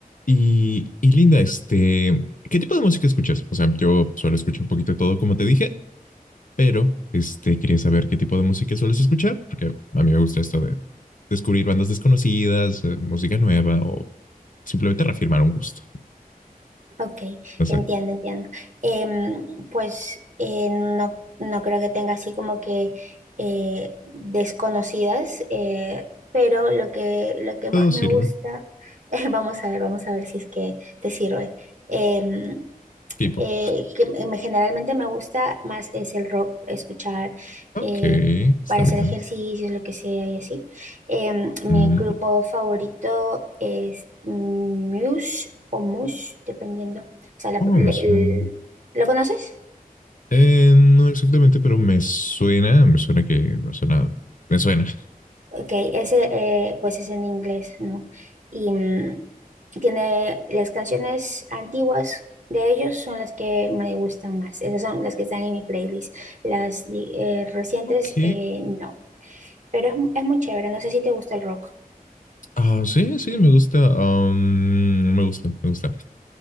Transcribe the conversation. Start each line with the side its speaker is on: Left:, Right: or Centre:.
Left: Y, y Linda, este, ¿qué tipo de música escuchas? O sea, yo suelo escuchar un poquito de todo, como te dije, pero este, quería saber qué tipo de música sueles escuchar, porque a mí me gusta esto de descubrir bandas desconocidas, eh, música nueva o simplemente reafirmar un gusto.
Right: Ok,
Left: No sé,
Right: entiendo, entiendo. Em, pues eh, no, no creo que tenga así como que eh, desconocidas, eh, pero lo que, lo que
Left: todo
Right: más
Left: sirve.
Right: me gusta, <laughs> vamos a ver, vamos a ver si es que te sirve. Em,
Left: K-pop.
Right: eh, que me- generalmente me gusta más es el rock, escuchar
Left: Ok,
Right: eh,
Left: está
Right: para hacer
Left: bien.
Right: ejercicios, lo que sea y así. Em, mi
Left: Mm,
Right: grupo favorito es Muse o Mush, dependiendo. O sea, la-
Left: ¿Cómo
Right: le-
Left: me suena?
Right: el- ¿lo conoces?
Left: Eh, no exactamente, pero me suena, me suena que, me suena, me suena.
Right: Ok, ese eh, pues es en inglés, ¿no? Y mm, tiene las canciones antiguas. De ellos son las que me gustan más. Esas son las que están en mi playlist. Las di- eh, recientes,
Left: Ok.
Right: eh, no. pero es, es muy chévere. No sé si te gusta el rock.
Left: Ah, sí, sí, me gusta. am, me gusta, me gusta.